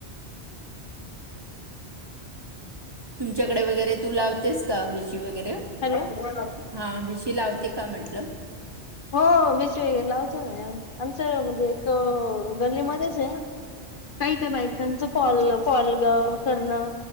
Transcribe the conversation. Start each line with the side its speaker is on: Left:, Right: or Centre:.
Right: तुम. चकडे वगैरे तू लावतेस
Left: हॅलो
Right: का भिशी वगैरे,
Left: हॅलो
Right: हा भीशी लावते. ते काय म्हटलं?
Left: हो मीच वगैरे लावतो ना आमचं म्हणजे, एक गल्लीमध्येच आहे. काही काही बायकांच फॉल फॉल करणं,